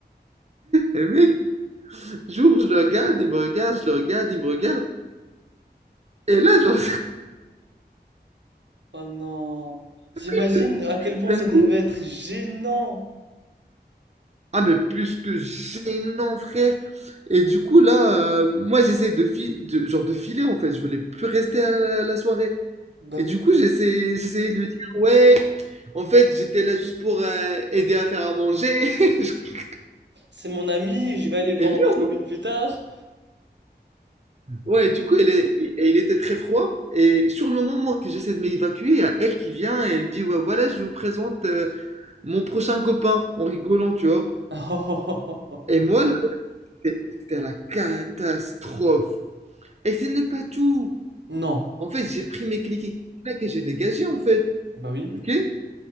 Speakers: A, on the right; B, on the right.
A: le mec, j'ouvre, je le regarde, il me regarde, je le regarde, il me regarde. Et là, genre,
B: Oh non. J'imagine
A: <laughs>
B: à quel point
A: d'un
B: ça devait
A: coup,
B: être gênant.
A: ah, mais plus que gênant, frère. Et du coup, là, euh, moi, j'essayais de, fi- de- genre, de filer, en fait. Je voulais plus rester à la, la soirée.
B: Bah
A: Et
B: oui.
A: du coup, j'essayais j'essayais de lui dire: «Ouais, en fait, j'étais là juste pour, heu, aider à faire à manger». <laughs>
B: C'est mon ami, je vais aller voir
A: Et lui,
B: ma
A: en
B: copine plus tard.
A: ouais, du coup, elle est il il était très froid et sur le moment que j'essaie de m'évacuer, il y a elle qui vient et elle dit: «Ouais, voilà, je vous présente, heu, mon prochain copain», en rigolant, tu vois?
B: <laughs>
A: Et moi, là, c'est c'était la catastrophe et ce n'est pas tout.
B: Non.
A: En fait, j'ai pris mes clics et clacs et j'ai dégagé, en fait,
B: Bah oui.
A: OK?